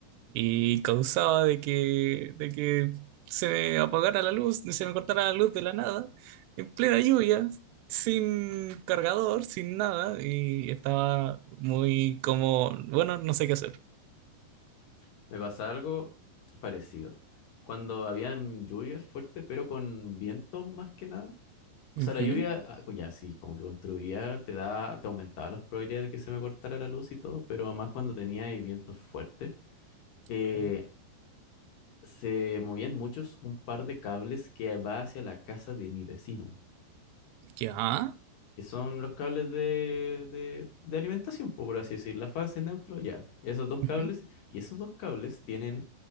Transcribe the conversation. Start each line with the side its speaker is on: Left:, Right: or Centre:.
Right: y causaba de que, de que se me apagara la luz, se me cortara la luz de la nada, en plena lluvia, sin cargador, sin nada, y estaba muy como, bueno, no sé qué hacer.
Left: <laughs> Me pasa algo parecido. Cuando habían lluvias fuertes, pero con vientos más que nada. O
Right: Ujú,
Left: sea, la lluvia, ah, co- ya sí, como que contribuía, te da, te aumentaba las probabilidades de que se me cortara la luz y todo, pero además cuando tenía ahí vientos fuertes, eh,
Right: claro.
Left: se movían muchos un par de cables que va hacia la casa de mi vecino,
Right: Ya.
Left: que son los cables de, de, de alimentación, po, por así decir, la fase, neutro, ya. Esos dos
Right: ujú.
Left: cables,
Right: <laughs>
Left: y esos dos cables tienen